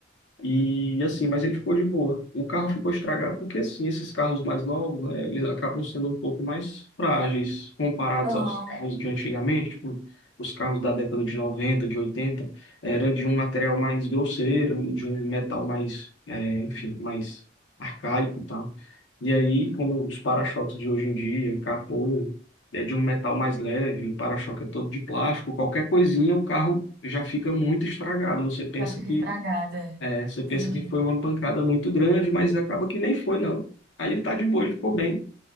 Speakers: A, on the left (about 85°); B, on the right (about 55°).
A: E assim, mas ele ficou de boa. O carro ficou estragado porque assim, esses carros mais novos, né, eles acabam sendo um pouco mais frágeis comparados
B: Aham.
A: aos carros de antigamente, tipo, os carros da década de 90, de 80, era de um material mais grosseiro, de um metal mais, é, enfim, mais arcaico e tal. E aí, como os para-choques de hoje em dia, capô, é de um metal mais leve, o para-choque é todo de plástico, qualquer coisinha, o carro já fica muito estragado. Você pensa
B: Já fica
A: que
B: estragada. é.
A: é, você pensa
B: Entendi.
A: que foi uma pancada muito grande, mas acaba que nem foi, não. Aí ele tá de boa, ele ficou bem.